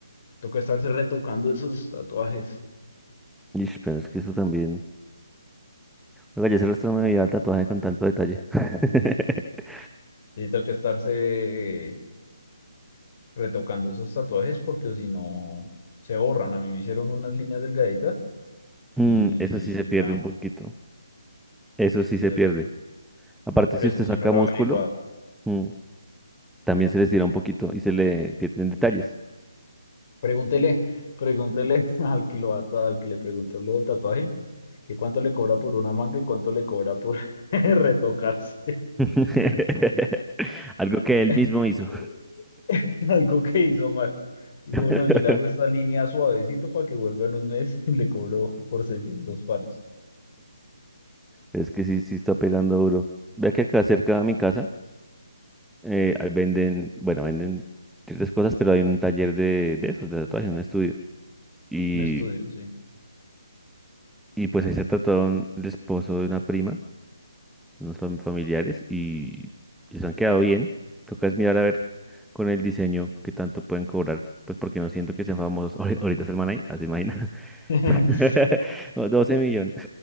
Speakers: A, on the left; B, in the centre.
A: toca estarse retocando esos tatuajes.
B: Ish, pero es que eso también. Oiga, yo se resto me veía el tatuaje con tanto detalle. <laughs>
A: Y toca estarse eh, retocando esos tatuajes porque si no se borran. A mí me hicieron unas líneas delgaditas
B: Mm,
A: y,
B: eso sí se
A: y
B: pierde
A: ya,
B: un poquito. Eso sí se
A: ya
B: pierde.
A: toca.
B: Aparte,
A: Pero
B: si
A: eso
B: usted
A: sí
B: saca
A: no lo
B: músculo,
A: he averiguado.
B: mm, también se le estira un poquito y se le pierden detalles.
A: Pregúntele, pregúntele <laughs> al que lo va a ta- al que le preguntó lo del tatuaje, que cuánto le cobra por una manga y cuánto le cobra por <laughs> retocarse.
B: <laughs> Algo que él
A: <laughs>
B: mismo hizo.
A: <laughs> algo que hizo mal. Dijo,
B: <laughs>
A: no, yo le hago esta línea suavecito para que vuelva en un mes <laughs> y le cobro por 600 palos.
B: Es que sí, sí está pegando duro. Vea que acá cerca de mi casa eh, ahí venden, bueno, venden ciertas cosas, pero hay un taller de, de esos, de tatuajes, un estudio. Y,
A: Un estudio, sí.
B: y pues ahí se tatuaron el esposo de una prima. unos fam- familiares y, y se han quedado bien. Toca es mirar a ver con el diseño qué tanto pueden cobrar, pues porque no siento que sean famosos. <laughs> Ahori- Ahorita es el man ahí, así imagina.
A: <laughs>
B: <laughs> O 12 millones.